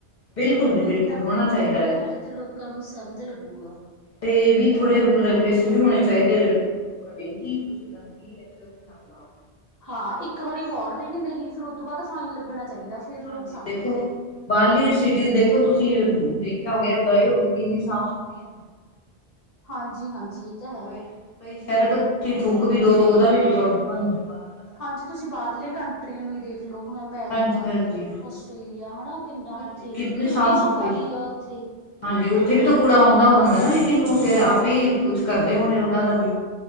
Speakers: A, on the left; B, on the left.
A: ਬਿਲਕੁਲ ਜੀ
B: ਫਿਰ
A: ਬਿਲਕੁਲ
B: ਤਾਂ
A: ਹੋਣਾ ਚਾਹੀਦਾ
B: ਫੇਰ
A: ਹੈ
B: ਕਿਤੇ ਲੋਕਾਂ ਨੂੰ ਸਮਝ ਲੱਗੂਗਾ।
A: ਤੇ ਵੀ ਥੋੜੇ ਰੂਲ ਰੈਗੂਲੇਸ਼ਨ ਵੀ ਹੋਣੇ ਚਾਹੀਦੇ ਲੋਕਾਂ ਦੇ ਕੀ ਤੁਸੀਂ ਗ। ਉੱਥੇ ਨਾਪਾਲਓ
B: ਹਾਂ ਇੱਕ ਵਾਰੀ ਵਾਰਨਿੰਗ ਨਹੀਂ ਫਿਰ ਉਹ ਤੋਂ ਬਾਅਦ ਫਾਈਨ ਲੱਗਣਾ ਚਾਹੀਦਾ ਫੇਰ
A: ਹਾਂਜੀ
B: ਲੋਕ ਸਮਝਣਗੇ।
A: ਦੇਖੋ ਬਾਹਰਲੀ ਸਿਟੀਜ਼ ਦੇਖੋ ਤੁਸੀਂ ਦੇਖਿਆ ਹੋ ਗਿਆ ਗਏ ਹੋ ਗਏ ਕਿ ਇੰਨੀ ਸਾਫ਼ ਸੁਥਰੀਆਂ
B: ਹਾਂਜੀ ਹਾਂਜੀ। ਤਾਂ ਹੈ।
A: ਕਈ ਕਈ ਸ਼ਹਿਰ ਤਾਂ ਤੁਸੀਂ ਥੁੱਕ ਵੀ ਦੋ ਤੇ ਉਹਦਾ ਵੀ ਤੁ ਤੁਹਾਨੂੰ ਜੁਰਮਾਨਾ ਭਰਨਾ ਪੈਂਦਾ।
B: ਹਾਂਜੀ ਤੁਸੀਂ ਬਾਹਰਲ ਕੰਟਰੀਆਂ ਨੂੰ ਹੀ ਦੇਖ ਲਓ ਹੁਣ ਅਮੈਰੀਕਾ
A: ਹਾਂਜੀ ਹਾਂਜੀ
B: ਆਸਟ੍ਰੇਲੀਆ ਹੈਾ ਕਿੰਨਾ
A: ਹਾਂਜੀ
B: ਉੱਥੇ
A: ਕਿਤਨੀ
B: ਕਿੰਨੀ
A: ਸਾਫ਼
B: ਸਫ਼ਾਈ
A: ਸੁਥਰੀ
B: ਆ ਉੱਥੇ
A: ਹਾਂਜੀ ਉੱਥੇ ਵੀ ਤਾਂ ਕੂੜਾ ਆਉਂਦਾ ਹੋਣਗਾ ਨਾ ਲੇਕਿਨ ਉਹ ਫੇਿਰ ਆਪੇ ਕੁਛ ਕਰਦੇ ਹੋਣੇ ਉਹਾਂ ਦਾ ਵੀ।